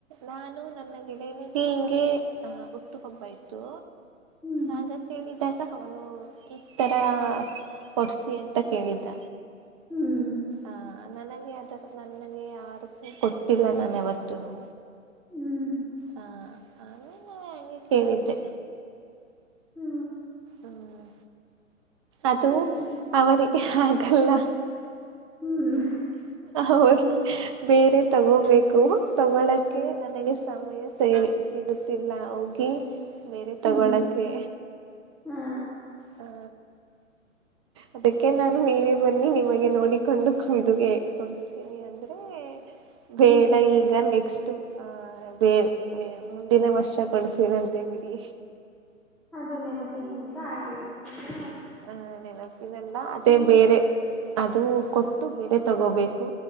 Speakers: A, on the right (about 25°); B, in the centre.
A: ನಾನು ನನ್ನ ಗೆ ಗೆ <unintelligible> ಹಿಂಗೆ ಅ ಹುಟ್ಟು ಹಬ್ಬ ಇತ್ತು.
B: ಹ್ಮ್
A: ಆಗ ಕೇಳಿದಾ ಅವನು ಕಿಟ್ ತರ ಕೊಡ್ಸಿ ಅಂತ ಕೇಳಿದ್ದ.
B: ಹ್ಮ್
A: ಆ ನನಗೆ ಅದರ ಆ ರೂಪಿಕೊಟ್ಟಿಲ್ಲ ನಾನು ಯಾವತ್ತುನು.
B: ಹ್ಮ್.
A: ಹಂಗೆ ಕೇಳಿದ್ದೆ
B: ಹ್ಮ
A: ಹ್ಮ ಅದು
B: ಇಡ್ಲಿ ಬಿಡ್
A: ಅವರ. ೆ ಹಾಗಲ್ಲ.
B: ಹ್ಮ್
A: ಅವರು. ಬೇರೆ ತಗೋಬೇಕು ತಗಳಕ್ಕೆ ನನಗೆ ಸಮಯ ಸೇರಿ ಸಿಗುತ್ತಿಲ್ಲ ಹೋಗಿ. ಬೇರೆ
B: ಹ್ಮ್
A: ತಗೊಳಕ್ಕೆ.
B: ಹಾ.
A: ಹಾ ಅದಕ್ಕೆ ನಾನು ನೀವೇ ಬನ್ನಿ ನಿಮಗೆ ನೋಡಿಕೊಂಡು ಇದುಗೆ ಕೊಡಸ್ತೀನಿ ಅಂದ್ರೆ. ಬೇಡ
B: ಹ್ಮ್
A: ಈಗ ನೆಕ್ಸ್ಟ್ ಅ ಬೇ ಬೆ ಮುಂದಿನ ವರ್ಷ ಕೊಡ್ಸಿರಂತೆ ಬಿಡಿ.
B: ಅದು ನೆನಪಿಗೊ ಅಂತ ಹಾಗೆ ಇಟ್ಕೊಂಡ್ರ.
A: ಹ ನೆನಪಿನಂದ ಅದೇ
B: ಅಯ್ಯ
A: ಬೇರೆ ಅದು. ಕೊಟ್ಟು ಬೇರೆ ತಗೋಬೇಕು